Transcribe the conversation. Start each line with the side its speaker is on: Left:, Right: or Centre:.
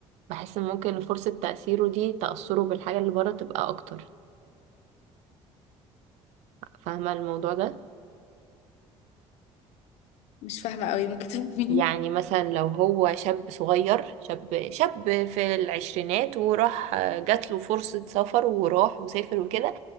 Right: بحس ممكن فرصة تأثيره دي تأثره بالحاجة اللي بره تبقى أكتر فاهمة الموضوع ده
Left: مش فاهمة قوي ممكن تفهميني
Right: يعني مثلا لو هو شاب صغير شاب شاب في العشرينات وراح آه، جات له فرصة سفر وراح وسافر وكده